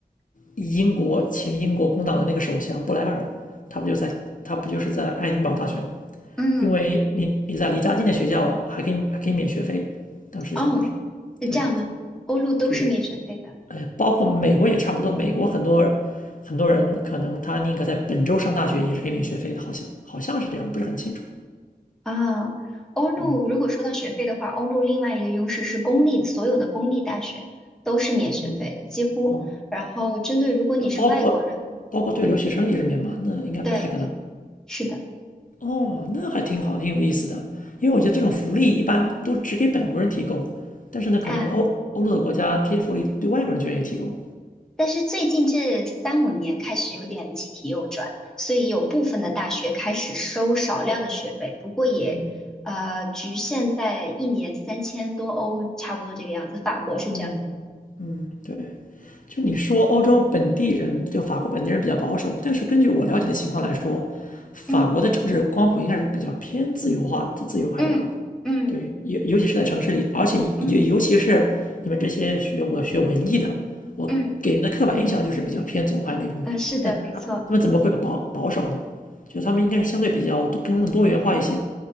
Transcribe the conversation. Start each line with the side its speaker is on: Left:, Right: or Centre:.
Left: 英国前英国工党的那个首相布莱尔，他不就在他不就是在爱丁堡大学吗？
Centre: 嗯，
Left: 因为你你在离家近的学校还可以还可以免学费，当时想法是，
Centre: 哦，是这样吗？
Left: 对
Centre: 欧陆都是免学费的。
Left: 对，哎，包括美国也差不多，美国很多很多人可能他宁可在本州上大学也是可以免学费的，好像好像是这样，我不是很清楚。
Centre: 啊，欧陆如果说到学费的话，
Left: 嗯
Centre: 欧陆另外一个优势是公立，所有的公立大学都是免学费的，
Left: 嗯
Centre: 几乎。
Left: 哦，
Centre: 然后针对如果你是外国人呢
Left: 包括包括对留学生也是免嘛，那应该不太可能。
Centre: 对对，是的，
Left: 哦，那还挺好，挺有意思的。因为我觉得这种福利一般都只给本国人提供，
Centre: 对
Left: 但是呢，可能欧欧陆的国家这些福利对外国人就愿意提供。
Centre: 啊。但是最近这三五年开始有点集体右转，所以有部分的大学开始收少量的学费，不过也呃局限在一年三千多欧，
Left: 嗯
Centre: 差不多这个样子。法国是这样，
Left: 嗯嗯，对。就你说欧洲本地人，就法国本地人比较保守，但是根据我了解的情况来说，法国的政治光谱应该是比较偏自由化、
Centre: 嗯
Left: 自自由派的吧？
Centre: 嗯嗯
Left: 对，尤尤其是在城市里，而且尤尤其是你们这些学我学文艺的，
Centre: 嗯
Left: 我给人的刻板印象就是比较偏左派那种的。
Centre: 嗯，呃，是的，
Left: 那他们怎么会保保守呢？
Centre: 没错。
Left: 就得他们应该是相对比较多更多元化一些。